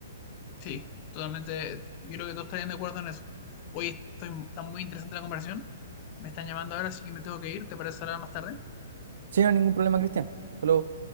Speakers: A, on the left (about 40°); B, on the right (about 65°).
A: sí, totalmente. Yo creo que todos estarían de acuerdo en eso. Hoy estoy, está muy interesante la conversación. Me están llamando ahora, así que me tengo que ir. ¿Te parece hablar más tarde?
B: Sin ningún problema, Cristian. Hasta luego.